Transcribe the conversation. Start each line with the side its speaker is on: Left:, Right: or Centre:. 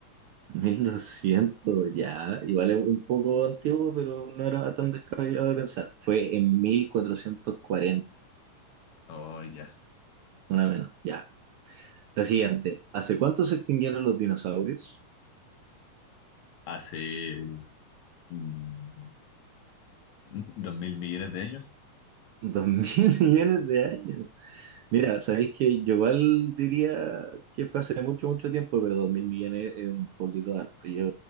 Right: mil doscientos ya, igual es un poco antiguo, pero no era tan descabellado de pensar. Fue en mil cuatrocientos cuarenta
Left: Oh, ya.
Right: Una menos. Ya. La siguiente. ¿Hace cuánto se extinguieron los dinosaurios?
Left: Hace mm, <laughs> 2000 millones de años.
Right: Dos mil <laughs> millones de años. Mira, sabéis que yo igual diría que fue hace mucho, mucho tiempo, pero dos mil millones es un poquito harto. Yo